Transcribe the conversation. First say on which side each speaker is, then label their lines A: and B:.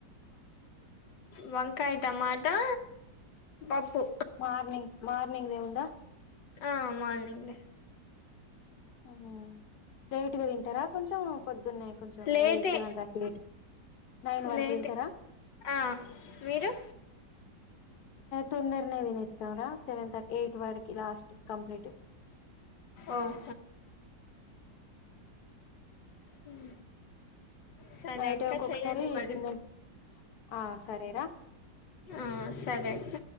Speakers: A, on the left; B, on the left.
A: వంకాయ, టమాటా పప్పు
B: మార్నింగ్ మార్నింగ్ దే ఉందా
A: ఆ మార్నింగ్ దే
B: ఆఓ లేట్గా తింటారా కొంచెం పొద్దున్న కొంచెం
A: లేటే
B: సెవెన్ థర్టీ ఎయిట్ నైన్ వరకు
A: లేటే
B: తింటారా
A: ఆ మీరు
B: తొందరనే తినేస్త సెవన్ తర్టీ ఎయిట్ వరకి లాస్ట్ కంప్లీట్
A: ఓహ అ సరే
B: నైట్
A: అక్క
B: ఒక్కొక్కసారి
A: చెయ్యడి మరి
B: గిన్నె ఆ సరేరా
A: ఆ సరే అక్క